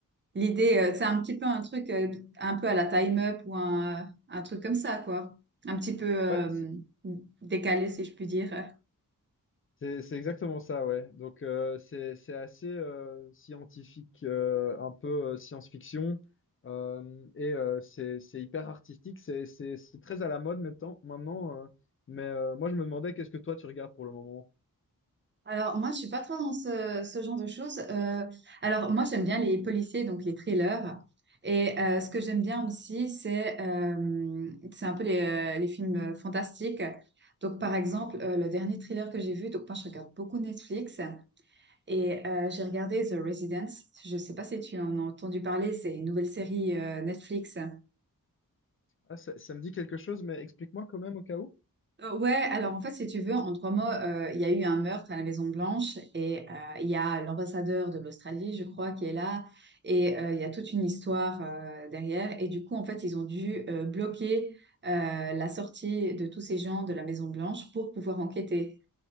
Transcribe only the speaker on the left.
Ouais, c'est
c'est- c'est exactement ça, ouais. Donc, euh, c'est c'est assez euh, scientifique, euh, un peu euh, science-fiction. euh, et euh, c'est c'est hyper artistique, c'est c'est- c'est très à la mode maintenant. maintenant euh, mais euh, moi, je me demandais qu'est-ce que toi tu regardes pour le moment?
Ah, ça, ça me dit quelque chose, mais explique-moi quand même au cas où.